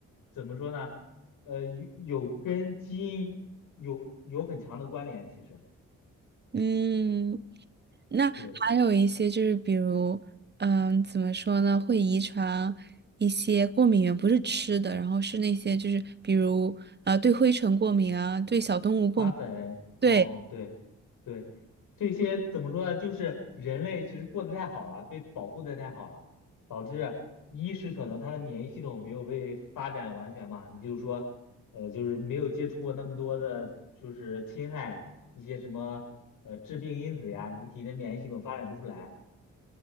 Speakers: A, on the left; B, on the right.
A: 怎么说呢？呃，有有跟基因有有很强的关联。其实，
B: 嗯，那还有一些就是，
A: 对，
B: 比如，嗯、怎么说呢，会遗传一些过敏源，不是吃的，然后是那些就是，比如，呃，对灰尘过敏啊，对小动物过敏。
A: 花粉，
B: 对，
A: 哦，对，对，这些怎么说呢？就是人类其实过得太好了，被保护的太好了，导致一是可能他的免疫系统没有被发展完全嘛，你就是说，呃，就是没有接触过那么多的，就是侵害一些什么呃致病因子呀，你体内免疫系统发展不出来。